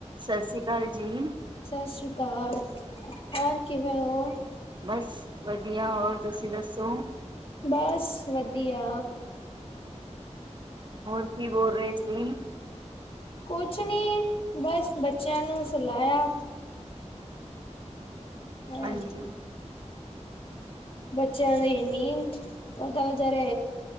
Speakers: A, on the right; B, on the left.
A: ਸੱਸੀ ਅਕਾਲ ਜੀ!
B: ਸਤਿ ਸ੍ਰੀ ਅਕਾਲ! ਹੋਰ ਕਿਵੇਂ ਓ?
A: ਬਸ, ਵਧੀਆ! ਹੋਰ ਤੁਸੀਂ ਦੱਸੋ?
B: ਬਾਸ, ਵਧੀਆ!
A: ਹੋਰ ਕੀ ਬੋਲ ਰਹੇ ਸੀ?
B: ਕੁਛ ਨੀ, ਬਸ ਬੱਚਿਆਂ ਨੂੰ ਸੁਲਾਇਆ। ਹੈ।
A: ਹਾਂਜੀ।
B: ਬੱਚਿਆਂ ਦੀ ਨੀਂਦ, ਉਹ ਤਾਂ ਵਿਚਾਰੇ